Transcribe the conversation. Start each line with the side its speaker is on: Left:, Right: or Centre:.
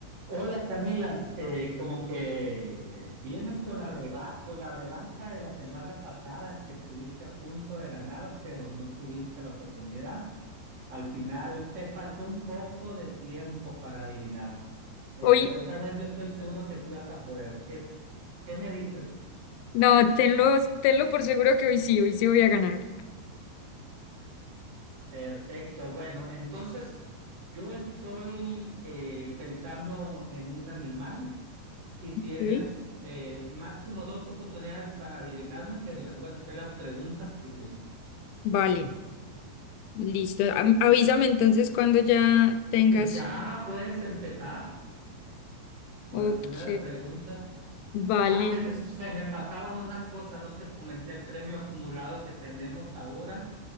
Right: Hola Camila, Eh, como que vienes con la reba- con la revancha de la semana pasada que estuviste a punto de ganar, pero no tuviste la oportunidad. Al final te faltó un poco de tiempo para adivinar, Eh,
Left: Hoy,
Right: pero esta vez yo estoy seguro que sí vas a poder. ¿Qué, qué me dices?
Left: no, tenlo, tenlo por seguro que hoy sí, hoy sí voy a ganar.
Right: Perfecto, bueno, entonces yo estoy eh, pensando en un animal. Y tienes
Left: ¿sí?
Right: eh, máximo dos oportunidades para adivinarme, pero me puedes hacer las preguntas que gustes.
Left: Vale, listo. Am- Avísame entonces cuando ya tengas.
Right: Y ya puedes empezar con
Left: Ok,
Right: las primeras preguntas.
Left: vale.
Right: Ah, se, se me pasaba una cosa, no te comenté el premio acumulado que tenemos ahora.